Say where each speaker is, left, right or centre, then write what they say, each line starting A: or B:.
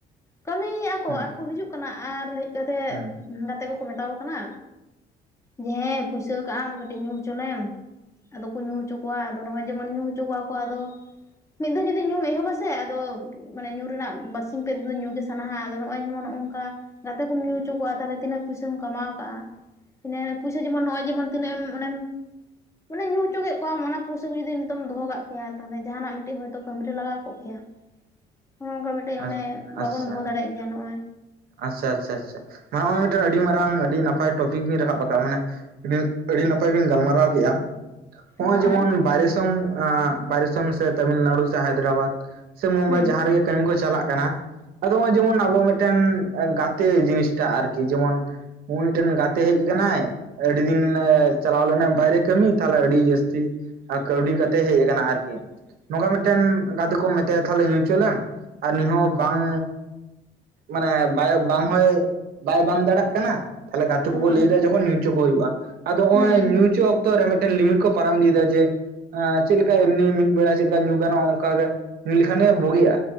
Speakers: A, on the left; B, on the right.
A: ᱠᱟᱹᱢᱤᱭᱮᱜ-ᱟ ᱠᱚ
B: ᱦᱩᱸ
A: ᱟᱨᱠᱚ ᱦᱤᱡᱩᱜ ᱠᱟᱱᱟ ᱟᱨ ᱦᱮᱡ ᱠᱟᱛᱮᱫ
B: ᱦᱩᱸ
A: ᱜᱟᱛᱮ ᱠᱚᱠᱚ ᱢᱮᱛᱟᱠᱚ ᱠᱟᱱᱟ ᱡᱮ ᱦᱮᱸ ᱯᱩᱭᱥᱟᱹ ᱠᱟᱜᱟᱢ ᱠᱟᱹᱴᱤᱡ ᱧᱩ ᱦᱚᱪᱚ ᱞᱮᱢ᱾ ᱟᱫᱚ ᱠᱚ ᱧᱩ ᱦᱚᱪᱚ ᱠᱚᱣᱟ ᱟᱫᱚ ᱱᱚᱜᱚᱭ ᱡᱮᱢᱚᱱ ᱧᱩ ᱦᱚᱪᱚ ᱠᱚᱣᱟ ᱠᱚ ᱟᱫᱚ ᱢᱤᱫᱷᱟᱣ ᱡᱩᱫᱤ ᱧᱩᱢ ᱮᱦᱚᱵᱟ ᱥᱮ ᱟᱫᱚ ᱢᱟᱱᱮ ᱧᱩ ᱨᱮᱱᱟᱜ ᱵᱟᱨᱥᱤᱧ ᱯᱮ ᱫᱤᱱ ᱧᱩ ᱜᱮ ᱥᱟᱱᱟᱣᱟ ᱟᱫᱚ ᱱᱚᱜᱚᱭ ᱡᱮᱢᱚᱱ ᱱᱚᱜᱚᱝᱠᱟ ᱜᱟᱛᱮ ᱠᱚᱢ ᱧᱩ ᱦᱚᱪᱚ ᱠᱚᱣᱟ ᱛᱟᱦᱟᱞᱮ ᱛᱤᱱᱟᱹᱜ ᱯᱩᱭᱥᱟᱹᱢ ᱠᱟᱢᱟᱣ ᱠᱟᱜᱟ, ᱛᱤᱱᱮ ᱯᱩᱭᱥᱟᱹ ᱡᱮᱢᱚᱱ ᱱᱚᱜᱚᱭ ᱡᱮᱢᱚᱱ ᱛᱤᱱᱟᱹᱜ ᱮᱢ ᱚᱱᱮᱢ ᱚᱱᱮ ᱧᱩ ᱦᱚᱪᱚ ᱠᱮᱜ ᱠᱚᱣᱟᱢ ᱚᱱᱟ ᱯᱩᱭᱥᱟᱹ ᱠᱚ ᱡᱩᱫᱤᱢ ᱱᱤᱛᱳᱜᱮᱢ ᱫᱚᱦᱚ ᱠᱟᱜ ᱠᱮᱭᱟ, ᱛᱟᱦᱟᱞᱮ ᱡᱟᱦᱟᱱᱟᱜ ᱢᱤᱫ ᱴᱤᱡ ᱦᱳᱭᱛᱚ ᱠᱟᱹᱢᱤ ᱨᱮ ᱞᱟᱜᱟᱣ ᱠᱚᱜ ᱠᱮᱭᱟ ᱚᱱᱚ ᱚᱝᱠᱟ ᱢᱤᱫ ᱴᱮᱡ
B: ᱟᱪᱪᱷᱟ
A: ᱚᱱᱮ ᱵᱟᱵᱚᱱ ᱫᱚᱦᱚ ᱫᱟᱲᱮᱭᱟᱜ ᱜᱮᱭᱟ, ᱱᱚᱜᱚᱭ
B: ᱟᱪᱪᱷᱟ ᱟᱪᱪᱷᱟ ᱟᱪᱪᱷᱟ ᱢᱟ ᱱᱚᱜᱚᱭ ᱢᱤᱫ ᱴᱮᱱ ᱟᱹᱰᱤ ᱢᱟᱨᱟᱝ ᱟᱹᱰᱤ ᱱᱟᱯᱟᱭ ᱴᱚᱯᱤᱠ ᱵᱤᱱ ᱨᱟᱠᱟᱵ ᱠᱟᱜᱟ, ᱢᱟᱱᱮ ᱟᱹᱰᱤ ᱱᱟᱯᱟᱭ ᱵᱤᱱ ᱜᱟᱞᱢᱟᱨᱟᱣ ᱠᱮᱜᱟ᱾ ᱦᱚᱸᱜᱚᱭ
A: ᱦᱳᱭ
B: ᱡᱮᱢᱚᱱ ᱵᱟᱭᱨᱮ ᱫᱤᱥᱚᱢ ᱟᱸ ᱵᱟᱭᱨᱮ ᱫᱤᱥᱚᱢ ᱥᱮ ᱛᱟᱢᱤᱞᱱᱟᱲᱩ ᱥᱮ ᱦᱟᱭᱫᱨᱟᱵᱟᱫᱽ ᱥᱮ ᱢᱩᱢᱵᱟᱭ
A: ᱦᱩᱸ
B: ᱡᱟᱦᱟᱸ ᱨᱮᱜᱮ ᱠᱟᱹᱢᱤ ᱠᱚ ᱪᱟᱞᱟᱜ ᱠᱟᱱᱟ ᱟᱫᱚ ᱦᱚᱸᱜᱚᱭ ᱡᱚᱢᱚᱱ ᱟᱵᱚ ᱢᱮᱫᱴᱮᱱ ᱜᱟᱛᱮ ᱡᱤᱱᱤᱥᱴᱟᱜ ᱟᱨᱠᱤ ᱡᱮᱢᱚᱱ ᱦᱩᱸᱜᱩᱭ ᱢᱤᱫᱴᱮᱱ ᱜᱟᱛᱮ ᱦᱮᱡ ᱠᱟᱱᱟᱭ ᱟᱹᱰᱤ ᱫᱤᱱ ᱪᱟᱞᱟᱣ ᱞᱮᱱᱟᱭ ᱵᱟᱭᱨᱮ ᱠᱟᱹᱢᱤ ᱛᱟᱦᱟᱞᱮ ᱟᱹᱰᱤ ᱡᱟᱹᱥᱛᱤ ᱠᱟᱹᱣᱰᱤ ᱠᱟᱛᱮᱡ ᱦᱮᱡ ᱠᱟᱱᱟ ᱟᱨᱠᱤ᱾ ᱱᱚᱝᱠᱟ ᱢᱤᱫᱴᱮᱱ ᱜᱟᱛᱮ ᱠᱚ ᱢᱮᱛᱟᱭᱟ ᱛᱟᱦᱟᱞᱮ ᱧᱩ ᱦᱚᱪᱚ ᱞᱮᱢ ᱟᱨ ᱱᱩᱭ ᱦᱚᱸ ᱵᱟᱝ ᱢᱟᱱᱮ ᱵᱟᱭ ᱵᱟᱝ ᱦᱚᱭ ᱵᱟᱭ ᱵᱟᱝ ᱫᱟᱲᱮᱜ ᱠᱟᱱᱟ, ᱛᱟᱦᱟᱞᱮ ᱜᱟᱛᱮ ᱠᱚᱠᱚ
A: ᱦᱚᱸ
B: ᱞᱟᱹᱭᱫᱟ ᱡᱚᱠᱷᱚᱱ ᱧᱩ ᱦᱚᱪᱚ ᱠᱚ ᱦᱩᱭᱩᱜ-ᱟ᱾ ᱟᱫᱚ ᱦᱚᱜᱚᱭ
A: ᱦᱩᱸ
B: ᱧᱩ ᱦᱚᱪᱚ ᱚᱠᱛᱚ ᱨᱮ ᱢᱮᱫᱴᱮᱱ ᱞᱤᱢᱤᱴ ᱠᱚ ᱯᱟᱨᱚᱢ ᱤᱫᱤᱫᱟ ᱡᱮ ᱟᱸ ᱪᱮᱫ ᱞᱮᱠᱟ ᱮᱢᱱᱤ ᱢᱤᱫ ᱵᱮᱲᱟ ᱪᱮᱫ ᱞᱮᱠᱟ ᱧᱩ ᱜᱟᱱᱚᱜ-ᱟ ᱚᱝᱠᱟ ᱜᱮ <unintelligible> ᱞᱮᱠᱷᱟᱱ ᱜᱮ ᱵᱩᱜᱮᱜ-ᱟ᱾